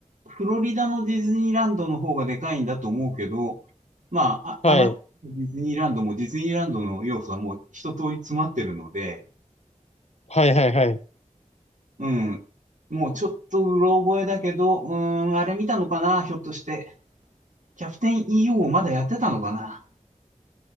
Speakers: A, on the right; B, on the left.
A: フロリダのディズニーランドの方がでかいんだと思うけど、まあ、
B: はい。
A: あ、アナハイムとディズニーランドもディズニーランドの要素はもう一通り詰まってるので、
B: はいはいはい。
A: うん。もうちょっとうろ覚えだけど、うーん、あれ見たのかな、ひょっとして。キャプテン EO をまだやってたのかな。